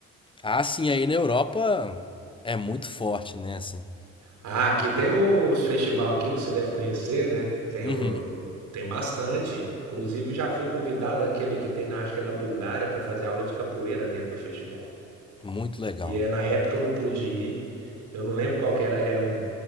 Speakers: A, on the left; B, on the right.
A: Ah, sim, aí na Europa é muito forte, né? Assim.
B: Ah, aqui tem os festival aqui, você deve conhecer, né? Tem
A: Uhum,
B: o tem bastante. Inclusive já fui convidado aquele que tem na acho que é na Bulgária para fazer aula de capoeira dentro do festival.
A: muito legal.
B: E é na época eu não pude ir. Eu não lembro qual que era, é um